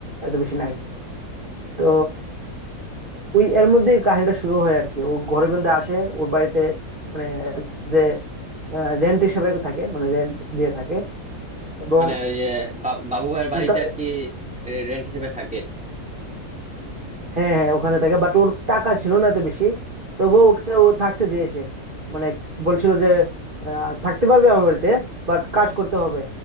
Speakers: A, on the right; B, in the centre.
A: এত বেশি নাই তো ওই এর মধ্যেই কাহিনীটা শুরু হয় আর কি ও ঘরে বন্দে আসে ওর বাড়িতে মানে যে রেন্ট হিসেবে থাকে মানে রেন্ট দিয়ে থাকে এবং
B: মানে ওই যে বা- বাবু ভাইয়ের বাড়িতে
A: ও তা-
B: আর কি রেন্ট হিসেবে থাকে
A: হ্যাঁ হ্যাঁ ওখানে থাকে বাট ওর টাকা ছিল না এত বেশি তবুও ওকে ও থাকতে দিয়েছে মানে বলছিল যে আহ, থাকতে পারবে আমার বাড়িতে বাট কাজ করতে হবে